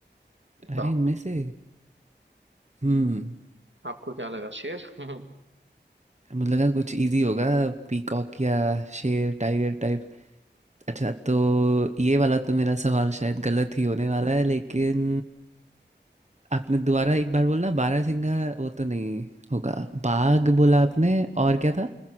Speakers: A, on the right; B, on the right.
A: बताओ
B: अरे इनमें से हम्म
A: आपको क्या लगा शेर <laughs>
B: मुझे लगा कुछ इजी होगा पीकॉक या शेर टाइगर टाइप अच्छा तो ये वाला तो मेरा सवाल शायद गलत ही होने वाला है लेकिन आपने दोबारा एक बार बोला बारहसिंगा वो तो नहीं होगा बाघ बोला आपने और क्या था